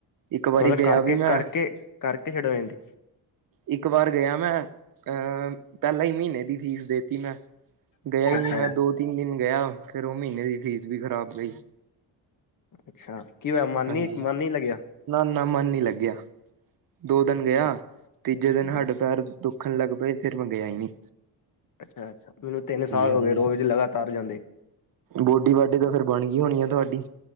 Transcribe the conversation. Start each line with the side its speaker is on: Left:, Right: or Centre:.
Right: ਇੱਕ ਵਾਰੀ
Left: ਕੋਲ
Right: ਗਿਆ
Left: ਕਰਕੇ
Right: ਵੀ ਮੈਂ।
Left: ਕਰਕੇ ਕਰਕੇ ਛਡ ਹੋ ਜਾਂਦਾ।
Right: ਇੱਕ ਵਾਰ ਗਿਆ ਮੈਂ ਪਹਿਲਾਂ ਹੀ ਮਹੀਨੇ ਦੀ ਫੀਸ ਦੇ ਦਿੱਤੀ ਮੈਂ। ਗਿਆ ਹੀ
Left: ਅੱਛਾ
Right: ਨਹੀਂ ਮੈਂ ਦੋ ਤਿੰਨ ਦਿਨ ਗਿਆ ਫੇਰ ਉਹ ਮਹੀਨੇ ਦੀ ਫੀਸ ਵੀ ਖ਼ਰਾਬ ਗਈ।
Left: ਅੱਛਾ ਕੀ ਹੋਇਆ ਮਨ
Right: ਹਾਂਜੀ
Left: ਨੀ ਮਨ ਨੀ ਲੱਗਿਆ
Right: ਨਾ ਨਾ ਮਨ ਨੀ ਲੱਗਿਆ। ਦੋ ਦਿਨ
Left: ਅੱਛਾ
Right: ਗਿਆ ਤੀਜੇ
Left: ਹੂੰ
Right: ਦਿਨ ਹੱਡ ਪੈਰ ਦੁੱਖਣ ਲੱਗ ਪਏ ਫਿਰ ਮੈਂ ਗਿਆ ਈ ਨਹੀਂ।
Left: ਅੱਛਾ, ਅੱਛਾ ਮੈਨੂੰ ਤਿੰਨ ਸਾਲ
Right: ਹਾਂਜੀ
Left: ਹੋ ਗਏ ਰੋਜ਼ ਲਗਾਤਾਰ ਜਾਂਦੇ।
Right: ਬੋਡੀ ਬਾਡੀ ਤਾਂ ਫਿਰ ਬਣ ਗਈ ਹੋਣੀ ਆ ਤੁਹਾਡੀ?